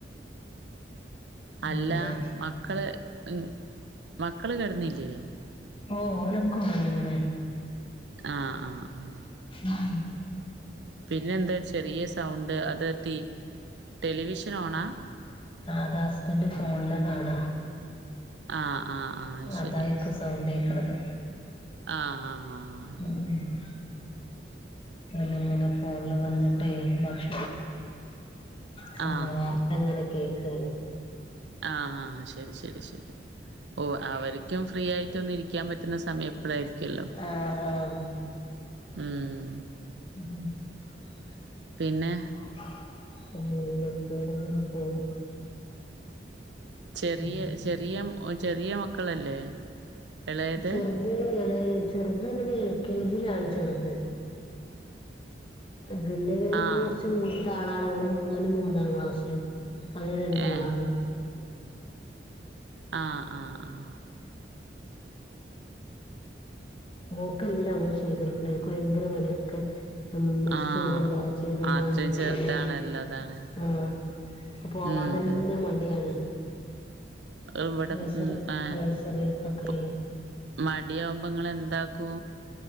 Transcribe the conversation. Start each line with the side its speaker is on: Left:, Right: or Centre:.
Right: അല്ല
Left: പിന്നെ
Right: മക്കള് ഉം മക്കള് കെടന്നില്ലേ.
Left: ഓ ഓലോക്കെ ഒറങ്ങിണ്.
Right: ആഹ് ആഹ് ആഹ്
Left: ഉം
Right: പിന്നെ എന്താ ചെറിയ സൗണ്ട് അത്ടി ടെലിവിഷൻ ഓണാ.
Left: ആഹ് അത് അസ്ബൻഡ് ഫോണില കാണ
Right: ആഹ് ആഹ് ആഹ്. ശരി
Left: അതായിര്ക്കും സൗണ്ടെക്ക്ണത്.
Right: ആഹ് ആഹ് ആഹ് ആഹ്
Left: ആഹ് അല്ലെങ്കിലു ഫോണില് കണ്ടിട്ടേ ഭക്ഷ പിന്നെ
Right: ആഹ്
Left: വാർത്ത ഇങ്ങനെ കേക്കണ്.
Right: ആഹ് ആഹ് ശെരി ശെരി ശെരി ഓ അവര്ക്കും ഫ്രീ ആയിട്ട് ഒന്ന് ഇരിക്കാൻ പറ്റുന്ന സമയം ഇപ്പളായിരിക്കുല്ലോ.
Left: ആഹ് ആഹ്
Right: ഉം
Left: ഉം ഉം
Right: പിന്നെ
Left: <unintelligible>
Right: ചെറിയ
Left: ഉം.
Right: ചെറിയ ഒ ചെറിയ മക്കളല്ലേ. എളയത്
Left: ചെർത് എളെ ചെർത് ന്നട്ട് എൽ കെ ജിയിലാണ് ചെർത്. പിന്നെ ത്
Right: ആഹ്
Left: കുർച്ച് മൂത്ത ആളാണ് ഓ മൂന്ന് മൂന്നാം ക്ലാസ്സിലും. അയ് രണ്ടാളാണ്
Right: ഏഹ് ആഹ് ആഹ് ആഹ്.
Left: ഓക്കെല്ല മ്മൾ ചെയ്തൊടുക്ക്ണെ ഓക്ക് വയങ്കര മടിയൊക്കെ ഇംമ്മച്ചി
Right: ആഹ്
Left: ചെയ്തൊണ്ട ചെയ്തൊണ്ടാർഞ്ഞ്ങ്ങനെ
Right: അത്രയും ചെറുതാണല്ലോ അതാണ്
Left: ആഹ് പോവാൻ
Right: ഉം
Left: തന്നെ
Right: ഉം
Left: മടിയാണ്.
Right: ഇവിടെ
Left: നഴ്സറി
Right: മ് ഏഹ്
Left: നഴ്സറിക്കൊക്കെ
Right: പോ മടിയാവുമ്പോ ഇങ്ങളെന്താക്കു?